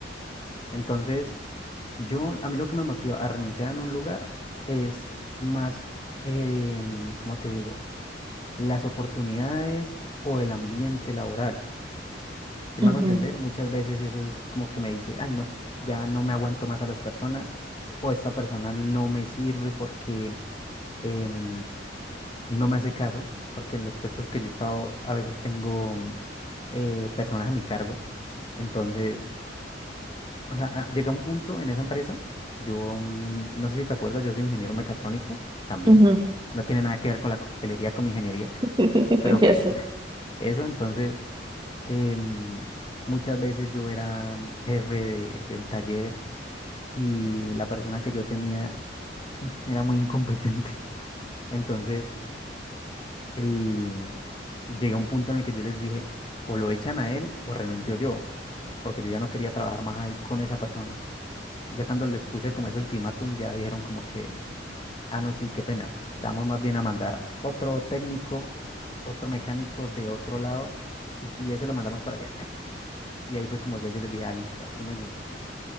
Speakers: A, on the left; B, on the right.
A: Entonces, yo, a mí lo que me motiva a renunciar en un lugar es más, eh, em, ¿cómo te digo? Las oportunidades o el ambiente laboral. Si me
B: Ujú,
A: hago entender? Muchas veces eso es como que me dice, ay, no, ya no me aguanto más a las personas o esta persona no me sirve porque, em, no me hace caso, porque en los puestos que yo he estado a veces tengo mm, eh, personas a mi cargo. Entonces, o sea, ah, llega un punto en esa empresa, yo mm, no sé si te acuerdas, yo soy ingeniero mecatrónico también.
B: ujú.
A: No tiene nada que ver con la coctelería, con mi ingeniería, <laughs>
B: <laughs>
A: pero pues
B: Ya sé.
A: <laughs> eso, entonces, em, muchas veces yo era jefe de- del taller y la persona que yo tenía era muy incompetente. <laughs> Entonces, el, llegué a un punto en el que yo les dije, o lo echan a él o renuncio yo, porque yo ya no quería trabajar más ahí con esa persona. Y ya cuando les puse como ese ultimátum, ya dijeron como que, ah, no, sí, qué pena, estamos más bien a mandar otro técnico, otro mecánico de otro lado y, y ese lo mandamos para allá. <laughs> Y ahí fue como ya yo les dije, ah, listo, así me gusta.